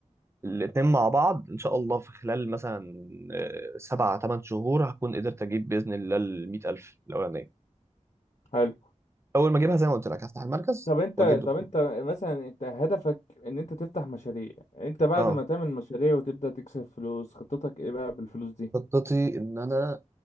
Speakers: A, on the right; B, on the left.
A: الاتنين مع بعض ان شاء الله في خلال مثلا آه... سبعة تمن شهور هكون قدرت اجيب باذن الله ال 100000 الاولانيه
B: حلو
A: اول ما اجيبها زي ما قلت لك هفتح المركز
B: طب انت
A: واجيب دكتور
B: طب انت مثلا انت هدفك ان انت تفتح مشاريع انت بعد
A: اه
B: ما تعمل مشاريع وتبدأ تكسب فلوس خطتك ايه بقى بالفلوس دي؟
A: خطتي ان انا